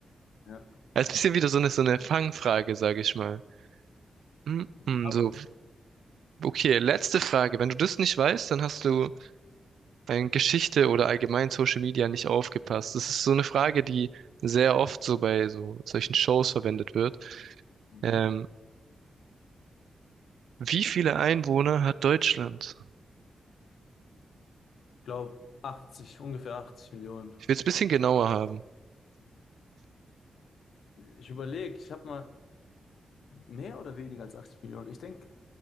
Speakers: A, on the left; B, on the right.
A: Ja.
B: Also, Das ist ein bisschen wieder so eine, so eine Fangfrage, sage ich mal. Mm,
A: Ja,
B: mm,
A: aber
B: so,
A: es-
B: okay, letzte Frage. Wenn du das nicht weißt, dann hast du in Geschichte oder allgemein Social Media nicht aufgepasst. Das ist so eine Frage, die sehr oft so bei so solchen Shows verwendet wird.
A: mhm.
B: Ähm, wie viele Einwohner hat Deutschland?
A: glaube 80, ungefähr 80 Millionen.
B: Ich will es ein bisschen genauer haben.
A: Ich überlege, ich habe mal mehr oder weniger als 80 Millionen. Ich denke,